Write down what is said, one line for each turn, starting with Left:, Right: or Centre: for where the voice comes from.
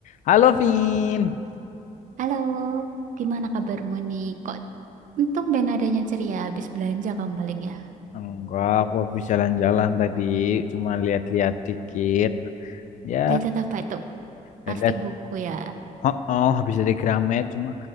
Left: Halo Vin.
Right: Halo, gimana kabarmu nih? Kok untung ben adanya ceria habis belanja kamu paling ya?
Left: Enggak, aku habis jalan-jalan tadi, cuma lihat-lihat dikit. Ya,
Right: Lihat apa itu?
Left: ya
Right: Pasti
Left: lihat
Right: buku ya.
Left: Oh, oh, habis dari Gramet, cuma